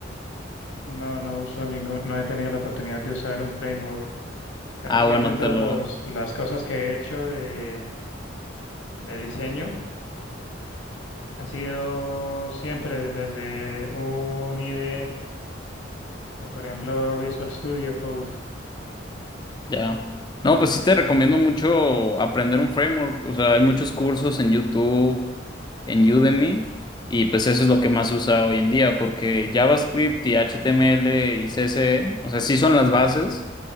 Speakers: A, on the left; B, on the left.
A: no, no uso ningún, no he tenido la oportunidad de usar un framework. Casi
B: Ah,
A: siempre
B: bueno,
A: todas
B: te lo,
A: los- las cosas que he hecho de, de diseño han sido siempre desde un IDE, como por ejemplo Visual Studio Code.
B: Ya. No, pues sí te recomiendo mucho aprender un framework. O sea, hay muchos cursos en YouTube, en Udemy, y pues eso es lo que más se usa hoy en día, porque JavaScript y HTML y CSS, o sea, sí son las bases,